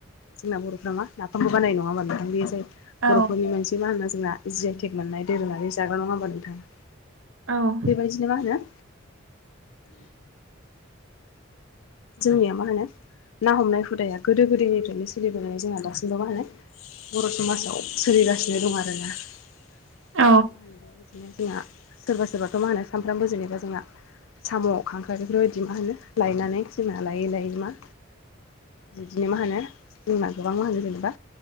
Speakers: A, on the left; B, on the right.
A: जोंना बर'फ्रा मा नाफामबो बानाय नङाबा नोंथां बे जाय
B: औ
A: बर'फोरनि मान बि मा होनना जोंना जि अइटेक मोननाय दोरोंङारि जाग्रा नङा होनबा नोंथाङा
B: औ
A: बेबायदिनो मा होनो जोंनिया मा होनो ना हमनाय हुदाया गोदो गोदायनिफ्रायनो सोलिबोनानै जोंहा दासिमबो मा होनो बर' समाजाव सोलिगासिनो दं आरोना आरो
B: औ
A: मा होनो बिदिनो जोंहा सोरबा सोरबाथ' मा होनो सानफ्रामबो जेनेबा जोंना साम' खांख्राइ बेफोरबायदि मा होनो लायनानै जोंना लायै लायै मा बिदिनो मा होनो जमा गोबां मा होनो जेनेबा